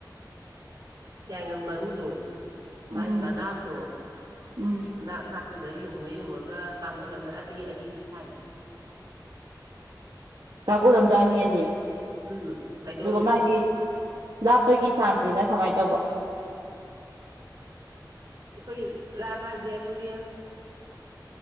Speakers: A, on the right; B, on the right.
A: ꯌꯥꯏꯉꯪ ꯃꯔꯨꯗꯣ ꯃꯥꯏ
B: ꯎꯝ
A: ꯃꯅꯥꯎꯗꯣ
B: ꯎꯝ
A: ꯅꯥꯛ ꯅꯥꯛ ꯇꯨꯗ ꯌꯨꯡꯉ ꯌꯨꯡꯉꯒ ꯇꯥꯡꯒꯨꯜ ꯑꯃꯗ ꯑꯅꯤ ꯑꯅꯤ ꯁꯥꯏ
B: ꯇꯥꯒꯨꯜ ꯑꯃꯗ ꯑꯅꯤ ꯑꯅꯤ
A: ꯎꯝ ꯐꯩꯗꯣꯝ
B: ꯑꯗꯨꯒ ꯃꯥꯒꯤ ꯂꯥꯞꯄꯒꯤ ꯆꯥꯡꯁꯤꯅ ꯀꯃꯥꯏꯅ ꯇꯧꯕ
A: ꯑꯈꯨꯢ ꯂꯥꯞꯄ ꯍꯥꯏꯁꯦ ꯈꯣꯏꯒꯤ